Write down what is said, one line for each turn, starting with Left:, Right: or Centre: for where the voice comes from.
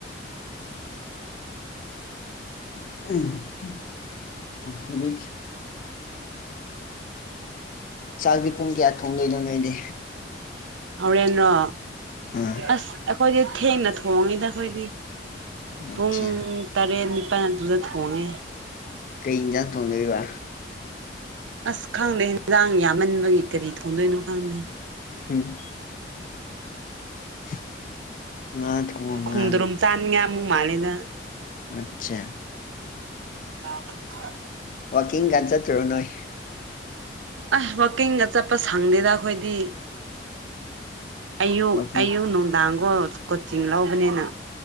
Left: <unintelligible> ꯆꯥꯛꯗꯤ ꯄꯨꯡ ꯀꯌꯥ ꯊꯣꯡꯅꯩꯗꯪ ꯂꯩꯩꯗꯦ
Right: ꯍꯥꯎꯔꯦꯟꯅ꯭ꯔꯣ
Left: ꯍꯥꯝ
Right: ꯑꯁ ꯑꯩꯈꯣꯏꯗꯤ ꯊꯦꯡꯅ ꯊꯣꯡꯉꯤꯗ ꯑꯩꯈꯣꯏꯗꯤ ꯄꯨꯡ
Left: ꯑꯠꯆꯥ
Right: ꯇꯔꯦꯠ ꯅꯤꯄꯥꯜ ꯑꯗꯨꯗ ꯊꯣꯡꯉꯦ
Left: ꯀꯩ ꯏꯟꯖꯥꯡ ꯊꯣꯡꯅꯔꯤꯕ
Right: ꯑꯁ ꯈꯪꯗꯦ ꯍꯟꯖꯥꯡ ꯌꯥꯝꯃꯟꯕꯒꯤ ꯀꯔꯤ ꯊꯣꯡꯗꯣꯏꯅꯣ ꯈꯪꯗꯦ
Left: ꯍꯝ <unintelligible> ꯊꯣꯡꯉꯣ
Right: ꯈꯣꯡꯗꯔꯨꯝ
Left: ꯉꯥ
Right: ꯆꯥꯅꯤꯡꯉ ꯑꯃꯨꯛ ꯃꯥꯜꯂꯦꯅ
Left: ꯑꯆꯥ
Right: ꯑ
Left: ꯋꯥꯀꯤꯡ ꯀꯥꯟꯖ ꯊꯔꯣ ꯅꯣꯏ
Right: ꯑꯁ ꯋꯥꯛꯀꯤꯡꯒ ꯆꯠꯄ ꯁꯪꯗꯦꯗ ꯑꯩꯈꯣꯏꯗꯤ ꯑꯌꯨꯛ
Left: ꯋꯥꯛꯀꯤꯡ
Right: ꯑꯌꯨꯛ ꯅꯨꯡꯗꯥꯡꯒꯣ ꯀꯣꯆꯤꯡ ꯂꯧꯕꯅꯤꯅ